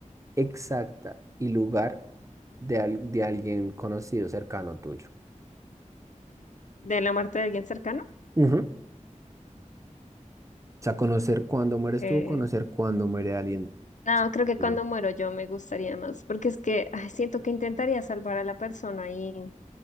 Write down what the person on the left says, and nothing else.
¿De la muerte de alguien cercano?
Que...
No,
creo que
cuando muero yo me gustaría más, porque es que ay, siento que intentaría salvar a la persona y